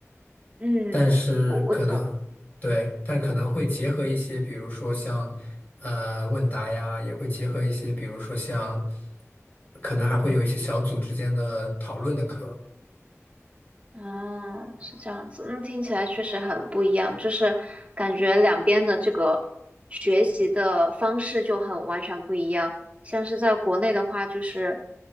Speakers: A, on the right; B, on the left.
A: 嗯，
B: 但是可能
A: 我我我
B: 对，但可能会结合一些，比如说像呃问答呀，也会结合一些，比如说像。可能还会有一些小组之间的讨论的课。
A: 啊，是这样子，那听起来确实很不一样，就是感觉两边的这个学习的方式就很完全不一样。像是在国内的话，就是